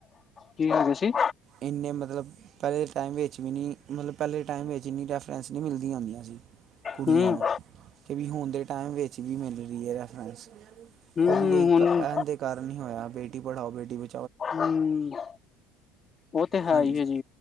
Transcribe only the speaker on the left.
ਕੀ ਹੇਗੇ ਸੀ?
ਹੂੰ
ਹੂੰ
ਹੁਣ
ਹੁੰ ਓ ਤੇ ਹੈ
ਈ ਏ ਜੀ